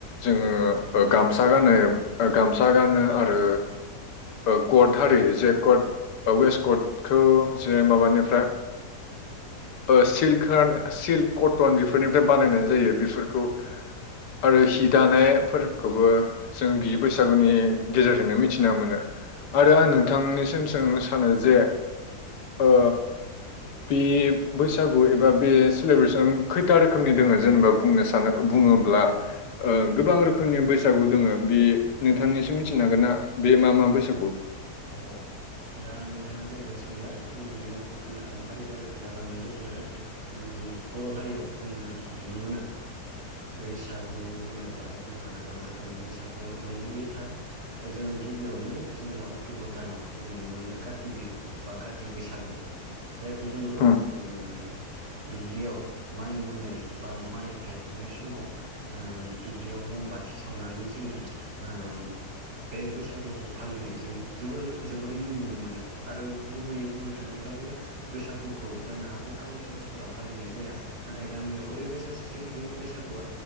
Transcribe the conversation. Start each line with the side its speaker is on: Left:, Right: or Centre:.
Left: जोङो ओ गामसा गानो ओ गामसा गानो आरो ओ कट हारि जे कट औ वेस्ट कटखौ जे माबानिफ्राय ओ सिल्कान सिल्क कटन बेफोरनिफ्राय बानायनाय जायो बेफोरखौ। आरो सि दानायफोरखौबो जों बि बैसागुनि गेजेरजोंनो मिथिना मोनो। आरो आं नोंथांनिसिम सोंनो सानो जे ओ बे बैसागु एबा बे सेलेब्रेसन खैथा रोखोमनि दोङो जेनेबा बुंनो सानो बुङोब्ला ओ गोबां रोखोमनि बैसागु दङ बे नोंथांनिसिम मिथिनो हागोन ना बे मा मा बैसागु?
Right: औ औ। दा नोंथाङा जेरैहाय सोंबाय आं बिदिनो खोननो फारि फारि खोन्थालांनो गोसो जादों। ओम बर' हारियाव जोङो नुनो मोनो बैसागु होनोब्ला जोंहा गोबां रोखोमनि बैसागु दङ बेयो थार। जोङो गिबियावनो जोङो अक्ट'बर दानाव जों नुनो मोनो काति बिहु बा काति बैसाग। जायखौ जोङो ओम
Left: उम
Right: दुब्लियाव माइ मोननाय बा माइ थायफुनाय समाव ओम दुब्लियाव मम बाथि सावनानै जोङो ओम बे बैसागुखौ फालिनायजों जोबोर जोबोरैनो नुनो मोनो आरो गुबैयै बुंनो थाङोब्ला बे बैसागुखौ जानो हागौ टाउन सोहोरफोराव फालिनाय जाया। नाथाय गामियाव ओरैबायसा स्ट्रिक्ट बे बैसागुआ